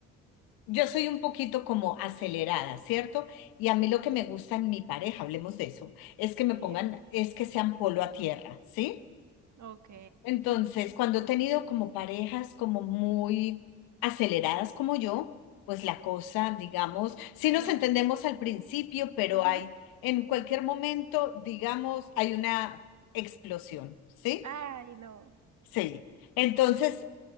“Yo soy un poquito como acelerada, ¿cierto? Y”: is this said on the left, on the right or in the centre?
Left